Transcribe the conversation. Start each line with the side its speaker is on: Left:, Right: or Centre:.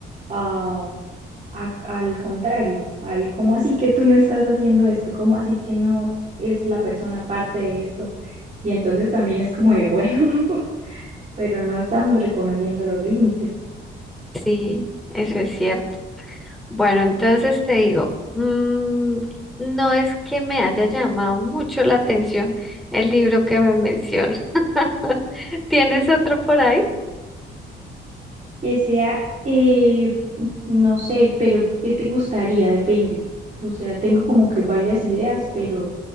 Right: a a- al contrario, al cómo así que tú no estás haciendo esto, cómo así que no es la persona parte de esto. Y entonces también es como de, bueno, <laughs> pero no estamos reconociendo los límites.
Centre: Sí, eso es cierto. Bueno, entonces te digo, mm, no es que me haya llamado mucho la atención el libro que me menciona. <laughs> ¿Tienes otro por ahí?
Right: Que sea, eh, no sé, pero ¿qué te gustaría? Depende. O sea, tengo como que varias ideas, pero